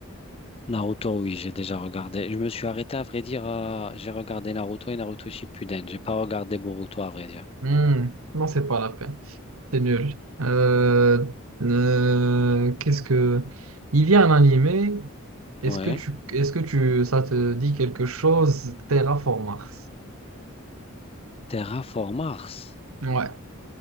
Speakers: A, on the left; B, on the right.
A: Naruto, oui, j'ai déjà regardé. Je me suis arrêté, à vrai dire, à- j'ai regardé Naruto et Naruto Shippuden. J'ai pas regardé Boruto, à vrai dire.
B: Hmm, Non, c'est pas la peine. C'est nul. Euh, euh, qu'est-ce que. Il y a un animé. Est-ce
A: Ouais.
B: que tu, est-ce que tu, ça te dit quelque chose? Terraformars.
A: Terraform Mars.
B: Ouais.